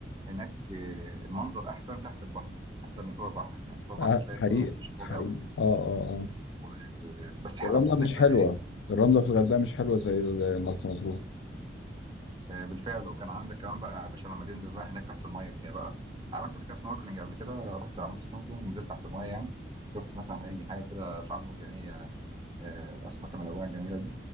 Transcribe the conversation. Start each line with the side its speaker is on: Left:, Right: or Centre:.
Right: هناك آه، المنظر أحسن تحت البحر أحسن من فوق البحر يعني فوق البحر
Left: آه
Right: تلاقي
Left: حقيقي
Right: الدنيا مفيش
Left: حقيقي
Right: موج قوي
Left: آه آه آه
Right: آه، بس
Left: والرملة
Right: حلاوته هناك
Left: مش
Right: بقى
Left: حلوة
Right: ايه
Left: الرملة في الغردقة مش حلوة زي مرسى مطروح
Right: آه، بالفعل وكان عندك كمان بقى يا باشا لما تنزل بقى هناك تحت الميه بقى عملت قبل كده سنوركلينج قبل كده رحت عملت سنوركلينج نزلت تحت الميه يعني شفت مثلا اي حاجه كده شعاب مرجانيه آه، الاسماك الملونه الجميله دي